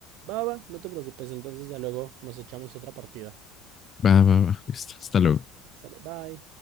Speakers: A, on the right; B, on the left.
A: Va, va, no te preocupes, entonces ya luego nos echamos otra partida.
B: Va, va, va, listo, hasta luego.
A: Sale, bye.